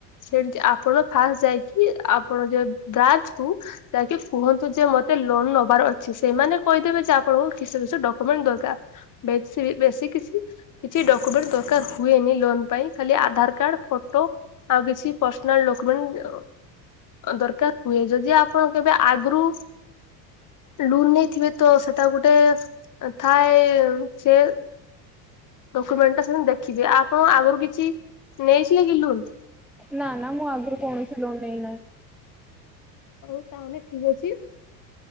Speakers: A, on the left; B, in the centre.
A: ସେତି ଆପଣ ଫାଷ୍ଟ ଯାଇକି ଆପଣ ଯ ବ୍ରାଞ୍ଚ କୁ ଯାଇକି କୁହ ମତେ ଲୋନ ନେବାର ଅଛି ସେମାନେ କହିଦେବେ ଯେ ଆପଣଙ୍କୁ କିସ କିସ ଡକ୍ୟୁମେଣ୍ଟ ଦରକାର। ବେସି ବେସି କିଛି କିଛି ଡକମେଣ୍ଟ ଦରକାର ହୁଏନି ଲୋନ ପାଇଁ ଖାଲି ଆଧାର କାର୍ଡ, ଫଟୋ ଆଉ କିଛି ପର୍ସନାଲ ଡକମେଣ୍ଟ ଦରକାର ହୁଏ ଯଦି ଆପଣ କେବେ ଆଗରୁ ଲୁନ୍ ନେଇଥିବେ ତ ସେଟା ଗୋଟେ ଥାଏ ସେ ଡକ୍ୟୁମେଣ୍ଟ ଟା ସେମାନେ ଦେଖିବେ ଆପଣ ଆଗରୁ କିଛି ନେଇଥିଲେ କି ଲୁନ?
B: ନା ନା ମୁଁ ଆଗରୁ କୌଣସି ଲୋନ ନେଇନାହିଁ।
A: ହଉ ତାହେଲେ ଠିକ ଅଛି